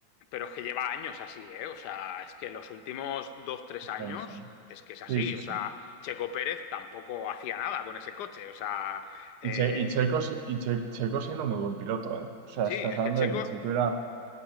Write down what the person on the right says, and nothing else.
Bueno, sí.
Sí,
sí,
sí.
Y, Che- y Checo, si- y Che- Checo siendo muy buen piloto, ¿eh? O sea,
estás
hablando
de que Checo era